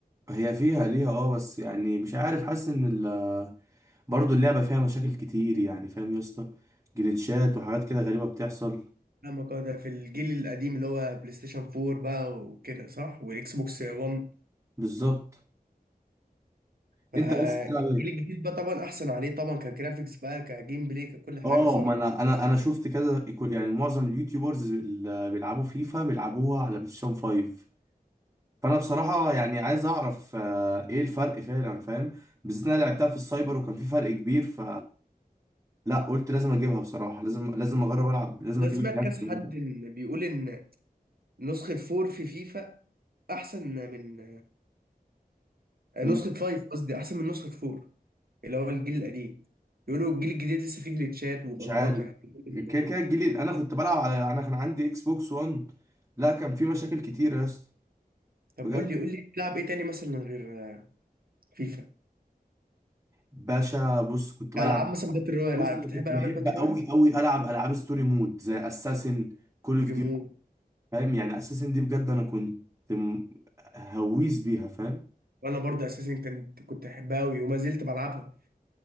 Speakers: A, on the right; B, on the right.
A: هي فيها ليها اه بس يعني مش عارف حاسس ان ال- برضه اللعبه فيها مشاكل كتير يعني فاهم يا اسطى جليتشات وحاجات كده غريبه بتحصل
B: فاهمك اه ده في الجيل القديم اللي هو بلاي ستيشن 4 بقى وكده صح واكس بوكس 1
A: بالظبط
B: فالجيل
A: انت بس بتلعب ايه
B: الجديد بقى طبعا احسن عليه طبعا كجرافيكس بقى كجيم بلاي ككل حاجه
A: اه
B: صح
A: ما انا انا انا شفت كذا يعني معظم اليوتيوبرز اللي بيلعبوا فيفا بيلعبوها على بلاي ستيشن 5 فانا بصراحه يعني عايز اعرف آه، ايه الفرق فعلا فاهم بالذات إن انا لعبتها في السايبر وكان في فرق كبير ف لا قلت لازم اجيبها بصراحه لازم لازم اجرب العب لازم
B: لو
A: اجيب
B: سمعت
A: الجهاز
B: كذا
A: عامة.
B: حد إن بيقول ان نسخه 4 في فيفا احسن من آه،
A: من
B: نسخه 5 قصدي احسن من نسخه 4 اللي هو الجيل القديم بيقولوا الجيل الجديد لسه فيه جليتشات وغلطات
A: مش عارف
B: محتاجين يظبطوها
A: كده كده الجديد انا كنت بلعب على انا كان عندي اكس بوكس 1 لا كان في مشاكل كتير يا اسطى
B: طب
A: بجد
B: قول لي قول لي بتلعب ايه تاني مثلا غير آه، فيفا
A: باشا بص كنت بلعب
B: العاب مثلا باتل رويال
A: بص انا
B: بتحب
A: كنت
B: العاب
A: بحب
B: الباتل رويال
A: قوي قوي العب العاب ستوري مود زي اساسن كول اوف
B: ريمو
A: ديوتي فاهم يعني اساسن دي بجد انا كنت م- هويس بيها فاهم
B: وانا برضه اساسا كنت كنت احبها قوي وما زلت بلعبها